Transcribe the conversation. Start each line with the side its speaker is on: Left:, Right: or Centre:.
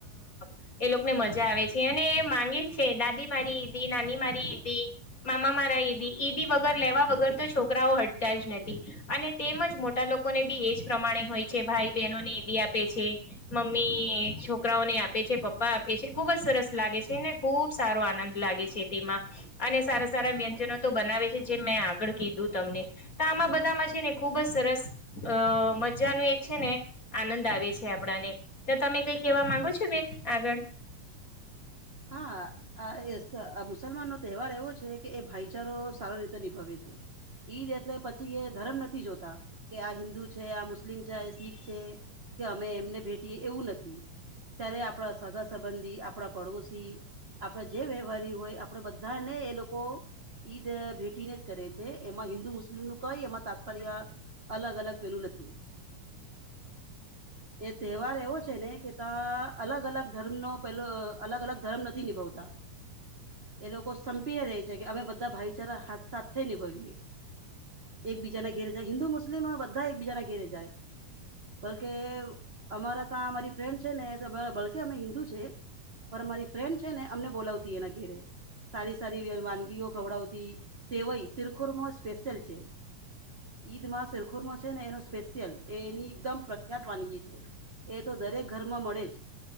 Left: જ એ લોકો ને મજા આવે છે અને માંગે છે છે દાદી મારી ઈદી નાની મારી ઈદી મામા મારા ઈદી ઈદી વગર લેવા વગર તો છોકરાઓ હટતા જ નથી અને તેમજ મોટા લોકો. લોકોને બી એજ પ્રમાણે હોય છે ભાઈ બહેનો ને એઈ બ આપે છે. મમ્મી છોકરાઓને આપે છે પપ્પા આપે છે ખુબ જ સરસ લાગે છે ને. ખુબ સારો આનંદ લાગે છે. તેમાં અને સારા સારા વ્યંજનો તો બનાવે છે જે મેં આગળ કીધું તમને. તો આમાં બધામાં છે ને ખુબ જ સરસ અ મજાનું એક છે ને. આનંદ આવે છે આપણાને તો તમે કઈ કેવા માંગો છો બેન આગળ.
Right: હા મુસલમાન નો તહેવાર એવો છે કે એ ભાઈચારો સારો રીતે. ભવે છે ઈદ એટલે પછી એ ધર્મ નથી જોતા. કે આ હિન્દુ છે આ મુસ્લિમ છે આ શીખ છે કે અમે એમને ભેટીએ એવું નથી. ત્યારે આપણા સગા સંબંધી આપણા પડોશ. આપણા જે વ્યવહારી હોય આપણે બધાને એ લોકો. ઈદ ભેટીને જ કરે છે એમાં હિન્દુ મુસ્લિમ નું કઈ એમાં તાત્પર્ય. અલગ અલગ પેલું નથી.
Left: <inaudible>
Right: એ તહેવાર એવો છે ને કે ત્યાં અલગ અલગ ધર્મનોો પેલો અલગ અલગ. ધરમ નથી નિભાવતા. એ લોકો સંપીને રે છે કે અમે બધા ભાઈચારા હાથ સાથે નિભાવએ. એકબીજાના ઘેરે જાય હિન્દુ મુસ્લિમ બધા એકબીજાના ઘેરે જાય. કે અમારા ત્યાં મારી ફ્રેન્ડ છે ને બલકે અમે હિન્દુ છે પણ મારી. ફ્રેન્ડ છે ને અમને બોલાવતી એના ઘેરે. સારી સારી વાનગીઓ ખવડાવતી સેવાઈ શિરખોરમાં સ્પેશિયલ છે. ઈદ માં શેરખુરો છે ને એનો સ્પેશિયલ એની એકદમ. ખ્યાત વાનગી છે એ તો દરેક ઘરમાં મળે જ